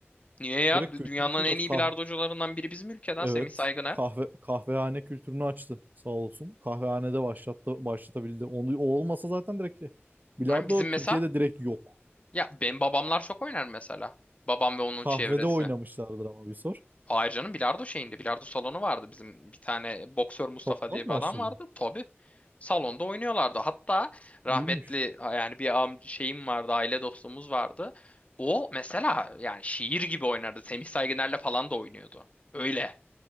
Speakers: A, on the left; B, on the right.
A: Niye ya?
B: Direkt
A: Dü-
B: kültürü
A: Dünyanın
B: çok
A: en
B: az.
A: iyi
B: Kah
A: bilardocularından biri bizim ülkeden
B: evet.
A: Semih Saygıner.
B: Kahve kahvehane kültürünü açtı sağ olsun. Kahvehanede başlattı başlatabildi. Onu o olmasa zaten direkt şey, bilardo
A: Ha, bizim mesela
B: Türkiye'de direkt yok.
A: ya benim babamlar çok oynar mesela. Babam ve onun
B: Kahvede
A: çevresi.
B: oynamışlardır ama bir sor.
A: Hayır canım bilardo şeyinde bilardo salonu vardı bizim bir tane boksör Mustafa
B: Salondan
A: diye
B: mı
A: bir
B: başladı?
A: adam vardı tabii salonda oynuyorlardı hatta rahmetli
B: İyiymiş.
A: yani bir am şeyim vardı aile dostumuz vardı o mesela yani şiir gibi oynardı Semih Saygıner'le falan da oynuyordu öyle